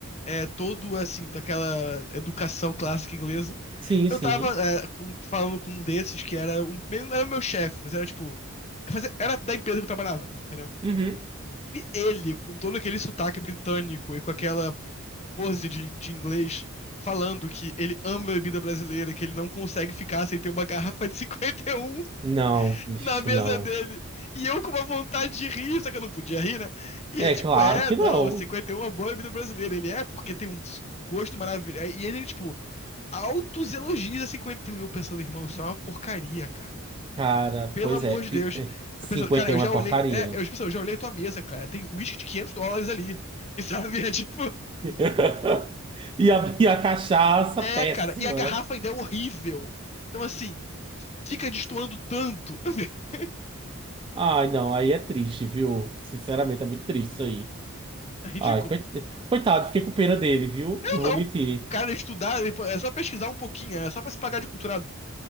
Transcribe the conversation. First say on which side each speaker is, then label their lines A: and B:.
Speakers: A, on the left (about 30°); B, on the right (about 25°).
A: É, todo assim, daquela educação clássica inglesa.
B: Sim,
A: Eu
B: sim.
A: tava é, com- falando com um desses que era um, meio- era meu chefe, mas era tipo. fazer- Era da empresa que eu trabalhava, entendeu?
B: Uhum.
A: E ele, com todo aquele sotaque britânico e com aquela pose de, de inglês falando que ele ama a bebida brasileira, que ele não consegue ficar sem ter uma garrafa de <laughs> 51
B: Não, ixi,
A: na mesa
B: não.
A: dele. E eu com uma vontade de rir, só que eu não podia rir, né? E
B: É
A: eu, tipo,
B: claro
A: é,
B: que
A: não,
B: não.
A: 51 é uma boa bebida brasileira. Ele é, porque tem um gosto maravilhoso. E ele, tipo, altos elogios a cinquenta E um e eu pensando, irmão, isso é uma porcaria, cara.
B: Cara,
A: Pelo
B: pois
A: amor
B: é. Pi-
A: de Deus.
B: é, cinquenta
A: Eu pensando, cara, eu
B: e um
A: já
B: é
A: olhei.
B: porcaria.
A: É, eu, tipo, assim, eu já olhei tua mesa, cara. Tem uísque de 500 dólares ali. E sabe? <laughs> É tipo.
B: <laughs> E a, e a cachaça,
A: É,
B: péssima.
A: cara, e a garrafa ainda é horrível. Então, assim, fica destoando tanto. <laughs>
B: Ai, não, aí é triste, viu? Sinceramente, é muito triste isso aí.
A: É ridículo.
B: Ai, coit- coitado, fiquei com pena dele, viu?
A: Eu
B: Não vou
A: não.
B: mentir.
A: O cara estudar, ele po- é só pesquisar um pouquinho, é só pra se pagar de culturado.